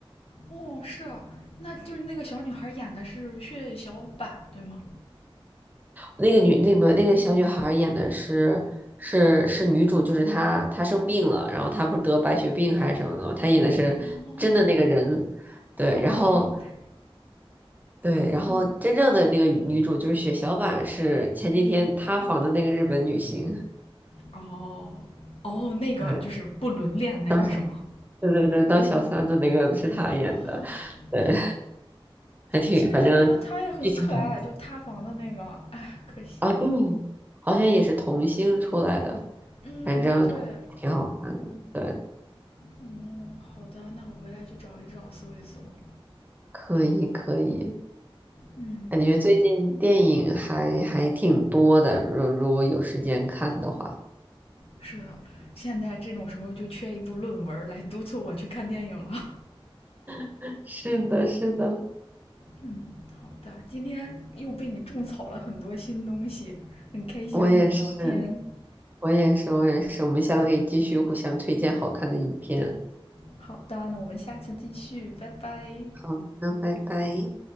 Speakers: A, on the left; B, on the right.
A: 哦，是啊，那就是那个小女孩演的是血小板，对吗？
B: 那个女那个那个小女孩演的是是是女主，就是她她生病了，然后她不是得白血病还是什么的嘛，她演的是真的那个人，
A: 哦
B: 对，
A: 哦，
B: 然后。
A: 他他
B: 对，然后真正的那个女主就是血小板，
A: 嗯。
B: 是前几天塌房的那个日本女星，
A: 哦哦，那个就是不伦恋那个是吗？
B: 对，当小，对对对，当小三的那个是她演的，
A: 啊哦，
B: 对，还挺，
A: 其实我觉得他也很可爱，
B: 反正剧情很
A: 就塌房的那个，哎，可惜。
B: 啊，对，好像也是童星出来的，
A: 嗯，
B: 反正挺好看的，
A: 对，
B: 对，
A: 嗯，好的，那我回来去找一找，搜一搜。
B: 可以可以，
A: 嗯，
B: 感觉最近电影还还挺多的，如如果有时间看的话，
A: 是的，现在这种时候就缺一部论文来督促我去看电影了。
B: <laughs> 是的，是的，
A: 嗯，好的，今天又被你种草了很多新东西，很开心跟你聊天。
B: 我也是，我也是，我也是，我们下次可以继续互相推荐好看的影片。
A: 好的，那我们下次继续，拜拜。
B: 好的，拜拜。